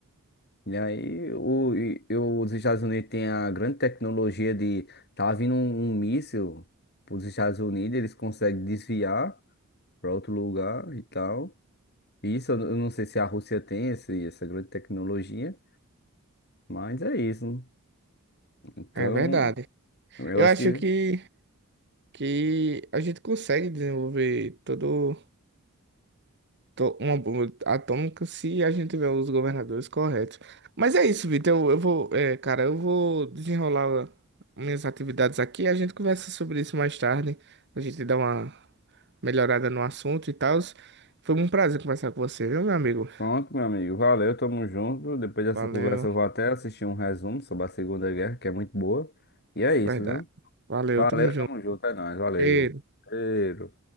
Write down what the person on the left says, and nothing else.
E aí, o, e- eu- os Estados Unidos têm a grande tecnologia de. Tá vindo um, um míssil para os Estados Unidos, eles conseguem desviar para outro lugar e tal. Isso eu n- eu não sei se a Rússia tem esse, essa grande tecnologia, mas é isso. Então,
eu
acho
que.
Pronto, meu amigo. Valeu, tamo junto. Depois dessa
conversa, eu vou até assistir um resumo sobre a Segunda Guerra, que é muito boa. E é isso,
viu?
Valeu,
tamo junto, é nóis, valeu.
Cheiro.